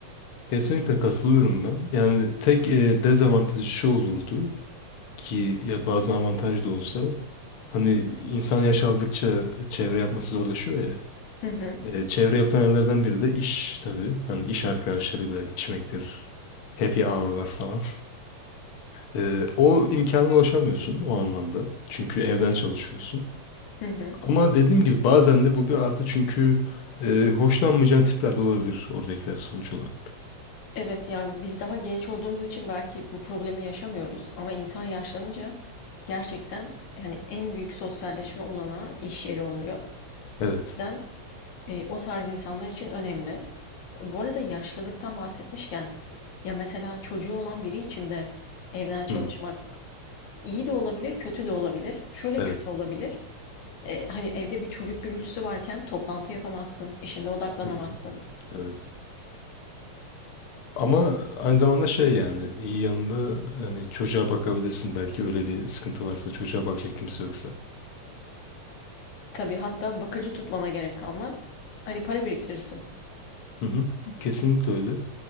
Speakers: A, on the left; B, on the left.
A: Kesinlikle katılıyorum ben. Yani tek e, dezavantajı şu olurdu ki ya bazen avantaj da olsa hani insan yaş aldıkça çevre yapması zorlaşıyor ya.
B: Hı hı,
A: E, çevre yapan yerlerden biri de iş tabii. Hani iş arkadaşlarıyla içmektir. Happy hour'lar falan. E, o imkana ulaşamıyorsun o anlamda. Çünkü evden çalışıyorsun.
B: hı hı.
A: Ama dediğim gibi bazen de bu bir artı çünkü e, hoşlanmayacağın tipler de olabilir oradakiler sonuç olarak.
B: Evet yani biz daha genç olduğumuz için belki bu problemi yaşamıyoruz ama insan yaşlanınca gerçekten hani en büyük sosyalleşme olanağı iş yeri oluyor.
A: Evet.
B: O yüzden Eee, o tarz insanlar için önemli. Bu arada yaşlılıktan bahsetmişken, ya mesela çocuğu olan biri için de evden çalışmak
A: Hı,
B: iyi de olabilir, kötü de olabilir. Şöyle
A: evet.
B: kötü olabilir. Eee, hani evde bir çocuk gürültüsü varken toplantı yapamazsın, işine odaklanamazsın.
A: Hı. Evet. Ama aynı zamanda şey yani iyi yanında hani çocuğa bakabilirsin belki öyle bir sıkıntı varsa çocuğa bakacak kimse yoksa.
B: Tabii hatta bakıcı tutmana gerek kalmaz. Hani para biriktirirsin.
A: Hı hı. Kesinlikle öyle.